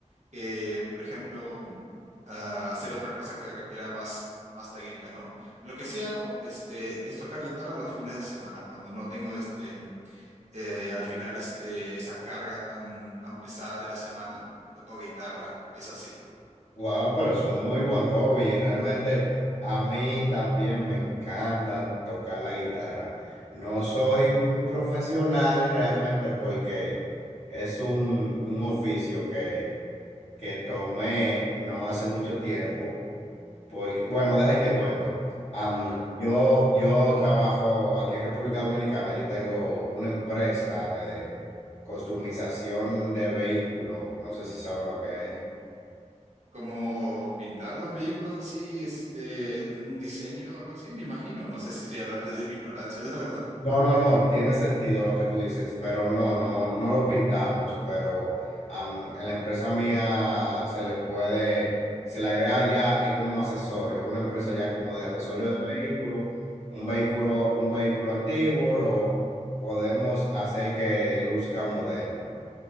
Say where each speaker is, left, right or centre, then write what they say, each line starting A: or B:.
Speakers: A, on the right; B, on the left.
A: que, por ejemplo, mm, a hacer otra cosa que requiera más, más técnica, ¿no? Lo que sí hago, este, es tocar guitarra los fines de semana, cuando no tengo, este, mm, eh, al final, este, esa carga tan, tan pesada de la semana, toco guitarra, es así.
B: Wow, pero es un muy buen hobby. Realmente a mí también me encanta tocar la guitarra. No soy
A: Ujú.
B: un profesional realmente porque es un, un oficio que, que tomé no hace mucho tiempo. Porque, bueno, deja y te cuento. Am,
A: A ver,
B: yo, yo trabajo aquí en República Dominicana, yo tengo una empresa de customización de vehículos, no sé si sabe lo
A: mm,
B: que es.
A: como pintar los vehículos así, este, de un diseño o algo así, me imagino. No sé si estoy hablando desde mi ignorancia, <laughs> la verdad.
B: No, no, no, tiene sentido lo que tú dices, pero no, no, no lo pintamos, pero am, a la empresa mía se le puede, se le agrega ya es como accesorio, una empresa ya como de accesorio
A: Mm,
B: de vehículo, un vehículo, un vehículo antiguo, lo podemos hacer que luzca moderno